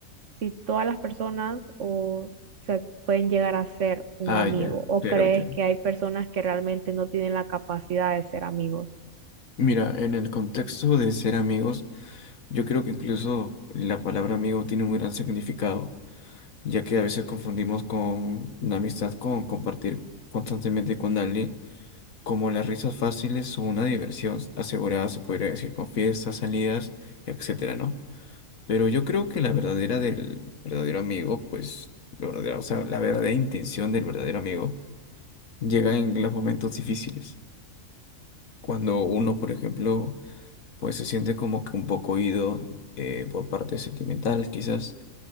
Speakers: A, on the right; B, on the left.
A: si todas las personas o se pueden llegar a ser un
B: Ah,
A: amigo
B: ya,
A: o
B: claro,
A: crees
B: entiendo.
A: que hay personas que realmente no tienen la capacidad de ser amigos.
B: Mira, en el contexto de ser amigos, yo creo que incluso la palabra amigo tiene un gran significado, ya que a veces confundimos con una amistad con compartir constantemente con alguien, como las risas fáciles o una diversión asegurada, se podría decir, con fiestas, salidas, etcétera, ¿no? Pero yo creo que la verdadera del verdadero amigo, pues, lo verdadero, o sea, la verdadera intención del verdadero amigo llega en los momentos difíciles. Cuando uno, por ejemplo, pues se siente como que un poco oído eh, por parte sentimental, quizás.